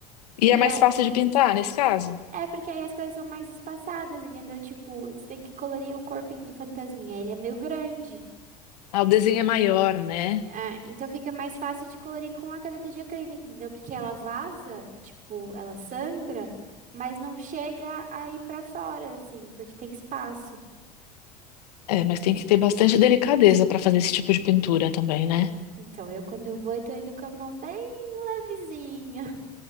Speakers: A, on the left (about 80°); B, on the right (about 40°).
A: E
B: E
A: é mais
B: aí,
A: fácil de pintar nesse caso?
B: é porque aí as coisas são mais espaçadas, entendeu? Tipo, você tem que colorir o corpinho do Fantasminha. Ele é meio grande.
A: Ah, o desenho é maior, né?
B: É, então fica mais fácil de colorir com a caneta de acrílico, entendeu? Porque ela vaza, tipo, ela sangra, mas não chega a ir pra fora, assim, porque tem espaço.
A: É, mas tem que ter bastante delicadeza para fazer esse tipo de pintura também, né?
B: Então eu, quando eu vou, eu tô indo com a mão bem levezinha.